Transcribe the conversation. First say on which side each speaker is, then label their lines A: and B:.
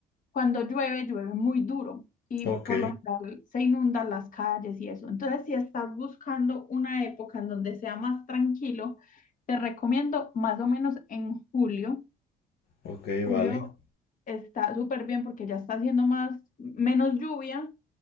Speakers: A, on the left; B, on the left.
A: cuando llueve, llueve muy duro y
B: Ok,
A: por lo general se inundan las calles y eso. Entonces, si estás buscando una época en donde sea más tranquilo, te recomiendo más o menos en julio.
B: ok,
A: Julio
B: vale.
A: está súper bien porque ya está haciendo más, menos lluvia.